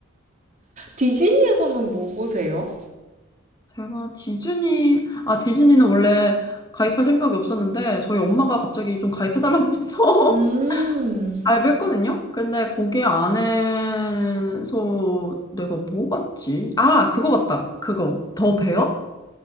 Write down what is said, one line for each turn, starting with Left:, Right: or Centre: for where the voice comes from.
Right: 디즈니에서는 뭐 보세요?
Left: 제가 디즈니, 아, 디즈니는 원래 가입할 생각이 없었는데, 저희 엄마가 갑자기 좀 가입해달라고 해서
Right: 음,
Left: <laughs> 가입했거든요? 근데 거기 안에서 내가 뭐 봤지? 아, 그거 봤다. 그거. 더 베어?